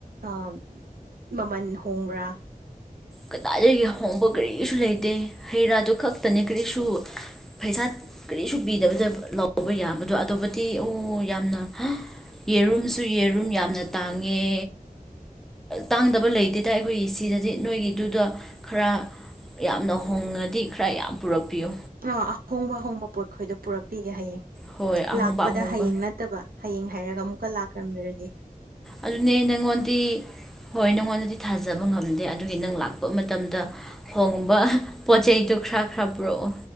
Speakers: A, on the right (about 85°); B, in the centre.
A: ꯑ ꯃꯃꯜ ꯍꯣꯡꯕ꯭ꯔꯥ
B: ꯀꯗꯥꯏꯗꯒꯤ ꯍꯣꯡꯕ ꯀꯔꯤꯁꯨ ꯂꯩꯇꯦ ꯍꯩ ꯔꯥꯗꯨ ꯈꯛꯇꯅꯦ ꯀꯔꯤꯁꯨ ꯄꯩꯁꯥ ꯀꯔꯤꯁꯨ ꯄꯤꯗꯕꯗ ꯂꯧꯕ ꯌꯥꯕꯗꯣ ꯑꯗꯨꯕꯨꯗꯤ ꯑꯣ ꯌꯥꯝꯅ ꯌꯦꯔꯨꯝꯁꯨ ꯌꯦꯔꯨꯝ ꯌꯥꯝꯅ ꯇꯥꯡꯉꯦ ꯇꯥꯡꯗꯕ ꯂꯩꯇꯦ ꯇ ꯑꯩꯈꯣꯏꯒꯤ ꯁꯤꯗꯗꯤ ꯅꯣꯏꯒꯤ ꯗꯨꯗꯣ ꯈꯔ ꯌꯥꯝꯅ ꯍꯣꯡꯉꯗꯤ ꯈꯔ ꯌꯥꯝ ꯄꯨꯔꯛꯄꯤꯌꯣ
A: ꯕꯔꯣ ꯑꯍꯣꯡꯕ ꯑꯍꯣꯡꯕ ꯄꯣꯠꯈꯣꯏꯗꯣ ꯄꯨꯔꯛꯄꯤꯒꯦ ꯍꯌꯦꯡ
B: ꯍꯣꯏ ꯑꯍꯣꯡꯕ
A: ꯂꯥꯛꯄꯗ
B: ꯑꯍꯣꯡꯕ
A: ꯍꯌꯦꯡ ꯅꯠꯇꯕ ꯍꯌꯦꯡ ꯍꯥꯏꯔꯒ ꯑꯃꯨꯛꯀ ꯂꯥꯛꯔꯝꯗꯔꯗꯤ
B: ꯑꯗꯨꯅꯦ ꯅꯪꯉꯣꯟꯗꯤ ꯍꯣꯏ ꯅꯪꯉꯣꯟꯗꯗꯤ ꯊꯥꯖꯕ ꯉꯝꯗꯦ ꯑꯗꯨꯒꯤ ꯅꯪ ꯂꯥꯛꯄ ꯃꯇꯝꯗ ꯈꯣꯡꯕ ꯄꯣꯠꯆꯩ ꯗꯨ ꯈ꯭ꯔꯥ ꯈꯔ ꯄꯨꯔꯛꯑꯣ